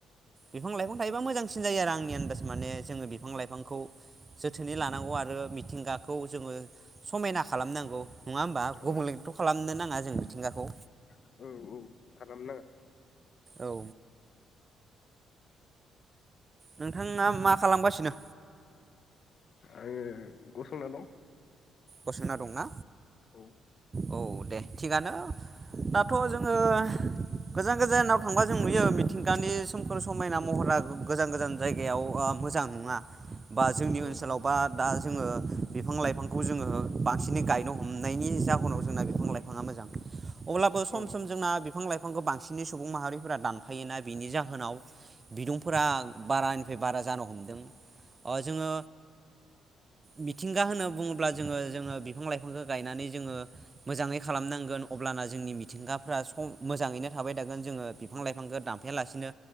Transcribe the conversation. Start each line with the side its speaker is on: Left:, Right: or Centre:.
Right: बिफां लाइफां थायोबा मोजांसिन जायो आरो आंनि आन्दाज माने जोङो बिफां लाइफांखौ जोथोनै लानांगौ आरो मिथिंगाखौ जोङो समायना खालामनांगौ नङा होमबा गुबुनलेथ'
Left: औ
Right: खालामनो नाङा जों मिथिंगाखौ।
Left: औ औ खालामनाङा
Right: औ। नोंथाङा मा खालामगासिनो?
Left: आङो गसंना दं।
Right: गसंना दंना
Left: औ
Right: औ दे थिगानो दाथ जोङो गोजान गोजानाव थांबा जों नुयो मिथिंगानि सोमखोर समायना महरा गोजान गोजान जायगायाव मोजां नङा बा जोंनि
Left: औ
Right: ओनसोलाव बा दा जोङो बिफां लाइफांखौ जोङो बांसिनै गायनो हमनायनि जाहोनाव जोंना बिफां लाइफाङा मोजां अब्लाबो सम
Left: औ
Right: सम जोंना बिफां लाइफांखौ बांसिनै सुबुं माहारिफोरा दानफायोना बिनि जाहोनाव बिदुंफोरा बारानिफ्राय बारा जानो हमदों जोङो मिथिंगा होनो बुङो। अब्ला जोङो जोङो बिफां लाइफांखौ गायनानै जोङो मोजाङै खालामनांगोन अब्लाना जोंनि मिथिंगाफ्रा सम मोजाङैनो थाबाय थागोन जोङो बिफां लाइफांखौ दानफायालासिनो